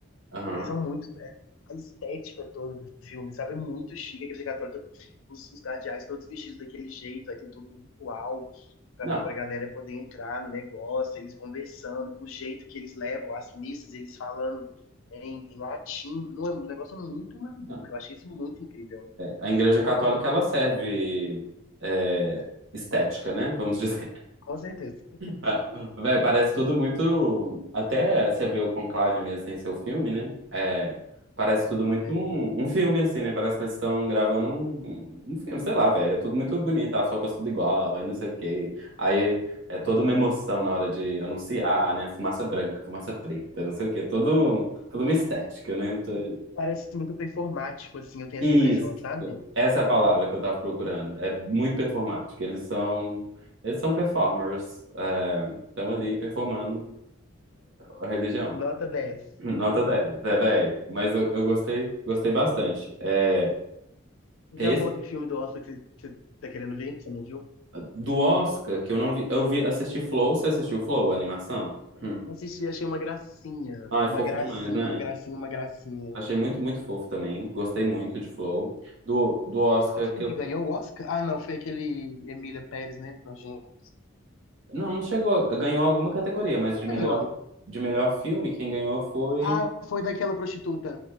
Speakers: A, on the right; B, on the left.
A: Aham.
B: Eles são muito. é, a estética toda do filme, sabe? É muito chique, aquele gatório, todo- os, os guardiães todos vestidos daquele jeito, aí tem todo um ritual pra,
A: Não.
B: pra galera poder entrar no negócio, eles conversando, o jeito que eles levam as missas, eles falando em, em latim. Não, é um negócio muito maluco.
A: não.
B: Eu achei isso muito incrível.
A: A Igreja Católica, ela serve é, estética, né? Vamos <laughs> dizer.
B: Com certeza. <laughs>
A: Ah, Véi, parece tudo muito. Até você vê o Conclave mesmo sem ser o filme, né? É, parece tudo
B: Não,
A: muito
B: né?
A: um, um filme, assim, né? Parece que eles estão gravando um, um filme, sei lá, velho. É tudo muito bonito, as roupas tudo igual, aí não sei o quê. Aí é toda uma emoção na hora de anunciar, né? Fumaça branca, fumaça preta, não sei o quê. Todo, toda uma estética, né? To-
B: Parece muito performático, assim, eu tenho
A: Isso.
B: essa impressão, sabe?
A: Essa é a palavra que eu tava procurando. É muito performático. Eles são. Eles são performers. É, estão ali performando a religião.
B: Nota dez
A: <clears throat> Nota dez é, velho. Mas eu, eu gostei, gostei bastante. É,
B: Tem
A: é esse
B: algum outro filme do Oscar que você que você tá querendo ver, que você não viu?
A: do Oscar que eu não vi, eu vi assisti Flow, você assistiu Flow, a animação? Hum.
B: Assisti, achei uma gracinha.
A: Ai,
B: Uma
A: fofo
B: gracinha,
A: demais, né?
B: uma gracinha, uma gracinha.
A: Achei muito, muito fofo também. Gostei muito de Flow. Do, do Oscar
B: Qual o filme
A: que eu,
B: que ganhou o Oscar? Ah, não, foi aquele Emília Pérez, né? Nojento.
A: não, não chegou, a- ganhou alguma categoria, mas
B: Quem
A: de melhor
B: ganhou?
A: de melhor filme quem ganhou foi
B: Ah, foi daquela prostituta.